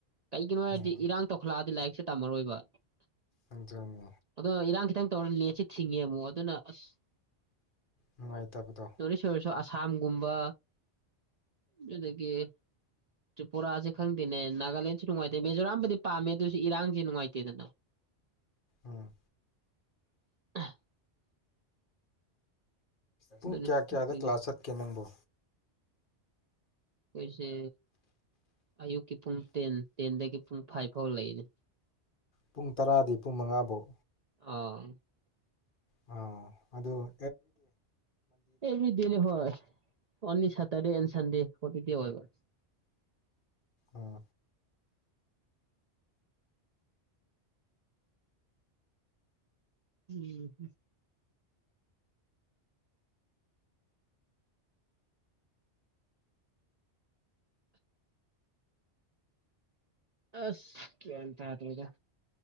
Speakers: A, on the right; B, on the left.
A: ꯀꯩꯒꯤꯅꯣ ꯍꯥꯏꯔꯗꯤ
B: ꯎꯝ
A: ꯏꯔꯥꯡ ꯇꯧꯈꯂꯛꯑꯗꯤ ꯂꯥꯏꯔꯤꯛꯁꯦ ꯇꯝꯃꯔꯣꯏꯕ
B: ꯑꯗꯨꯅꯤ
A: ꯑꯗꯨꯗ ꯏꯔꯥꯡ ꯍꯈꯤꯇ ꯇ ꯂꯁꯤ ꯊꯤꯡꯉꯦ ꯑꯃꯨꯛ ꯑꯗꯨꯅ ꯑꯁ
B: ꯅꯨꯡꯉꯥꯏꯇꯕꯗꯣ
A: ꯇꯣꯔꯤꯁꯔꯁꯨ ꯑꯁꯥꯝꯒꯨꯝꯕ ꯅꯗꯒꯤ ꯇ꯭ꯔꯤꯄꯨꯔꯥꯥꯁꯦ ꯈꯪꯗꯦꯅꯦ ꯅꯥꯒꯥꯂꯦꯟꯁꯨ ꯅꯨꯡꯉꯥꯏꯇꯦ ꯃꯤꯖꯣꯔꯥꯝꯕꯨꯗꯤ ꯄꯥꯝꯃꯦ ꯑꯗꯨꯏꯁꯨ ꯏꯔꯥꯡꯁꯦ ꯅꯨꯡꯉꯥꯏꯇꯦꯗꯅ
B: ꯎꯝ
A: <unintelligible>
B: ꯇꯨꯡ
A: ꯑꯗꯨꯅꯤ
B: ꯀꯌꯥ ꯀꯌꯥꯗ
A: ꯑꯩꯈꯣꯏꯒꯤ
B: ꯀ꯭ꯂꯥꯁꯠ ꯀꯦ ꯅꯪꯕꯣ
A: ꯑꯩꯈꯣꯏꯁꯦ ꯑꯌꯨꯛꯀꯤ ꯄꯨꯡ ꯇꯦꯟ ꯇꯦꯟꯗꯒꯤ ꯄꯨꯡ ꯐꯥꯏꯚ ꯐꯥꯎ ꯂꯩꯅꯦ
B: ꯄꯨꯡ ꯇꯔꯥꯗꯤ ꯄꯨꯡ ꯃꯉꯥꯐꯧ
A: ꯑꯥ
B: ꯑ ꯑꯗꯨꯗ
A: ꯑꯦꯃꯤꯗꯤꯅꯤ ꯍꯔ ꯑꯣꯅꯤ ꯇꯗꯤ ꯑꯦꯟꯁꯟꯗꯦ ꯍꯀꯤꯗꯤ ꯑꯣꯏꯕ
B: ꯎꯝ
A: ꯎꯝ ꯑꯁ ꯀ ꯍꯥ꯭ꯔꯗ